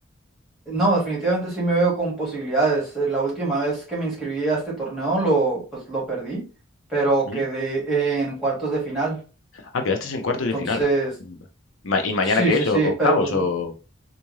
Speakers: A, in the centre; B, on the left (about 85°).
A: no, definitivamente sí me veo con posibilidades. Eh, La última vez que me inscribí a este torneo lo, pues lo perdí, pero
B: Mm.
A: quedé en cuartos de final.
B: Ah, quedaste en cuartos
A: Entonces,
B: de final. Ma- ¿Y mañana
A: sí,
B: qué
A: sí,
B: es?
A: sí,
B: ¿O- ¿Octavos
A: pero pues n-
B: o...?